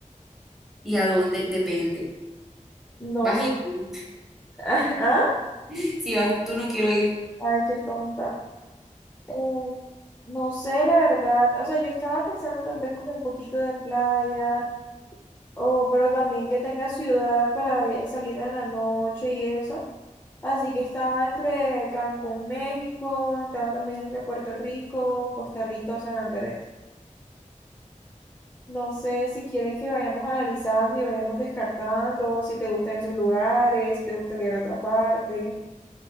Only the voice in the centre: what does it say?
¿Y a dónde? Depende.
¿Vas
a ir tú?
<laughs> Si vas tú, no quiero ir.